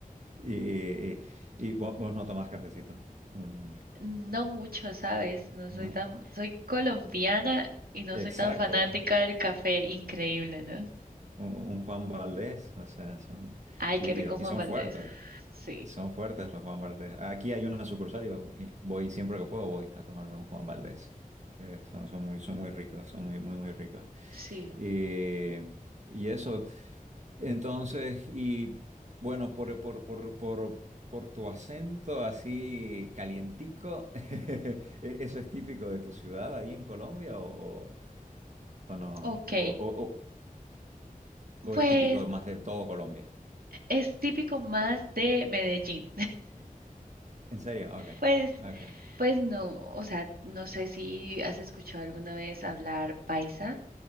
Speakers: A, on the right; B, on the right.
A: Y, y, y- y vos, vos no tomás cafecito. Un-
B: No mucho, ¿sabes? No
A: ¿No?
B: soy tan, soy colombiana y no
A: Exacto,
B: soy tan fanática del café, increíble, ¿no?
A: un, un Juan Valdés, o sea, son,
B: Ay,
A: y,
B: qué rico
A: y-
B: Juan
A: y son
B: Valdés.
A: fuertes,
B: Sí,
A: y son fuertes los Juan Valdés. Aquí hay una sucursal, y yo y voy siempre que puedo, voy a tomarme un Juan Valdés. Eh, son, son muy, son muy ricos, son muy, muy, muy ricos.
B: sí.
A: Y, y eso, entonces, y bueno, por, por, por, por, por tu acento así calientico, <laughs> ¿e- ¿eso es típico de tu ciudad ahí en Colombia o, o no?
B: Ok,
A: O, o- o- ¿O
B: pues
A: es típico más de todo Colombia?
B: es típico más de Medellín.
A: ¿En serio? Ok,
B: Pues,
A: ok.
B: pues no, o sea, no sé si has escuchado alguna vez hablar paisa,